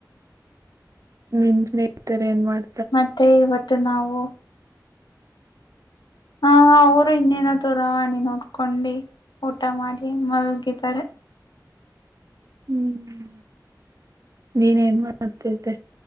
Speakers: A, on the right; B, on the left.
A: ನಿನ್ ಸ್ನೇಹಿತರ ಏನ್ ಮಾಡ್
B: ಮತ್ತೆ ಇವತ್ತು ನಾವು ಹಾ ಅವರು ಇನ್ನೇನಾದೂ ರವಾಣೆ ನೋಡ್ಕೊಂಡಿ ಊಟ ಮಾಡಿ ಮಲಗಿದ್ದಾರೆ
A: ಹ್ಮ್ ನೀನೇನು ಮಾಡ್ತಿದ್ದೆ